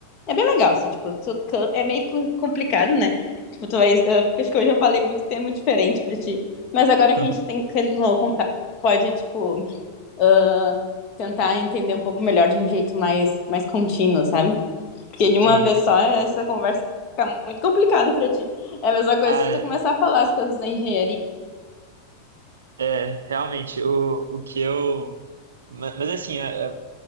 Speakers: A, on the left; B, on the right.
A: é bem legal, assim, tipo, tu ca- é meio co- complicado, né? Tipo, tu vai, eu acho que hoje eu falei muito tema diferente pra ti, mas agora
B: <laughs>
A: que a gente tem, que a gente tem contato, pode, tipo, uh, tentar entender um pouco melhor de um jeito mais, mais contínuo, sabe? Porque de uma
B: Sim.
A: vez só essa conversa fica muito complicada para ti. É a mesma coisa
B: Ah,
A: se tu começar a falar as coisas da engenharia.
B: é, realmente, o, o que eu Ma- Mas, assim, a- a-